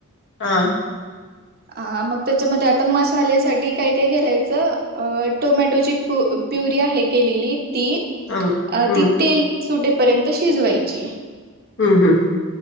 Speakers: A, on the left (about 55°); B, on the right (about 45°).
A: हा
B: ह <inaudible> ह मग त्याच्यामध्ये आता मसाल्यासाठी काय काय करायचं अ टोमॅटोची प प्युरी ती आहे केलेली ती
A: हा, हम्म,
B: अ ती तेल सुटपर्यंत शिजवाची
A: हम्म हम्म.